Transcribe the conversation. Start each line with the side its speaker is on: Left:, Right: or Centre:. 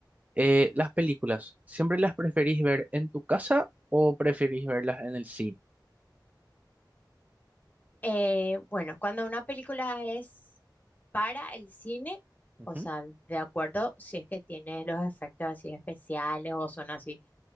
Right: Eh, las películas, ¿siempre las preferís ver en tu casa o preferís verlas en el cine?
Left: Eh, bueno, cuando una película es para el cine,
Right: Ujú.
Left: o sea, de acuerdo, si es que tiene los efectos así especiales o son así